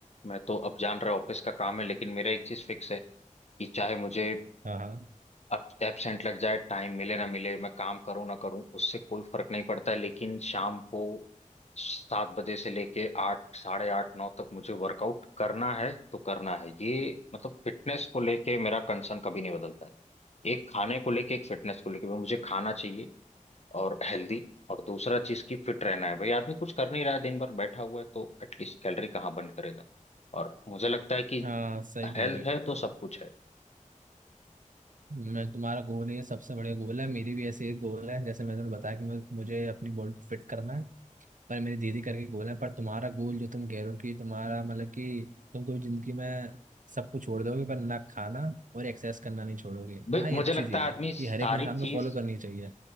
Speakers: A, on the left; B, on the right.
A: मैं तो अब जान रहा ऑफिस का काम है लेकिन मेरा एक चीज फिक्स है कि चाहे मुझे
B: हाँ हाँ
A: अब एबसेंट लग जाए टाइम मिले ना मिले मैं काम करूं ना करूं उससे कोई फर्क नहीं पड़ता है लेकिन शाम को सात बजे से लेके आठ साढ़े आठ नौ तक मुझे वर्कआउट करना है तो करना है ये मतलब फिटनेस को लेके मेरा कंसर्न कभी नहीं बदलता है एक खाने को लेके एक फिटनेस को लेके भाई मुझे खाना चाहिए और हेल्दी और दूसरा चीज की फिट रहना है भाई आदमी कुछ कर नहीं रहा है दिन भर बैठा हुआ है तो एटलीस्ट कैलोरी कहाँ बर्न करेगा और मुझे लगता है कि
B: हाँ सही
A: हेल्थ
B: कह रहे हो
A: है तो सब कुछ है
B: मैं तुम्हारा गोल है सबसे बढ़िया गोल है मेरी भी ऐसे ही गोल है जैसे मैंने तुम्हें बताया कि मुझे मुझे अपनी बॉडी को फिट करना है पर मेरी दीदी करके गोल है पर तुम्हारा गोल जो तुम कह रहे हो कि तुम्हारा मतलब कि तुम कभी जिंदगी में सब कुछ छोड़ दोगे पर ना खाना और एक्सरसाइज करना नहीं छोड़ोगे
A: भाई
B: हाँ ये
A: मुझे
B: अच्छी
A: लगता
B: चीज़
A: है
B: है
A: आदमी सारी
B: ये हर एक इंसान को
A: चीज
B: फॉलो करनी चाहिए